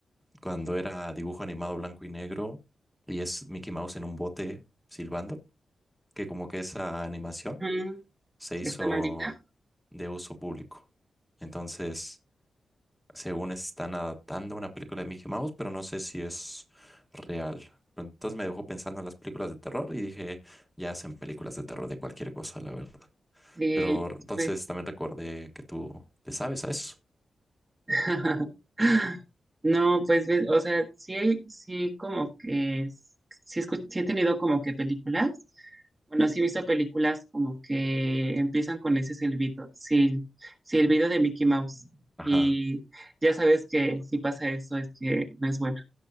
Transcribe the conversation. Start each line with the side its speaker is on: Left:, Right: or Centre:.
Centre: cuando era dibujo animado blanco y negro, y es Mickey Mouse en un bote silbando, que como que esa animación
Right: Mm,
Centre: se
Right: ¿Está
Centre: hizo
Right: maldita?
Centre: de uso público. Entonces, según están adaptando una película de Mickey Mouse, pero no sé si es real. Pero Entonces me dejó pensando en las películas de terror y dije, ya hacen películas de terror de cualquier cosa, la verdad.
Right: Sí,
Centre: Pero entonces
Right: pues.
Centre: también recuerde que tú le sabes a eso.
Right: <laughs> No, pues, ves, o sea, sí, hay- sí, como que, es- sí, escu- sí he tenido como que películas, bueno, sí he visto películas como que empiezan con ese silbido, sí, sí, el video de Mickey Mouse,
Centre: Ajá.
Right: y ya sabes que si pasa eso es que no es bueno.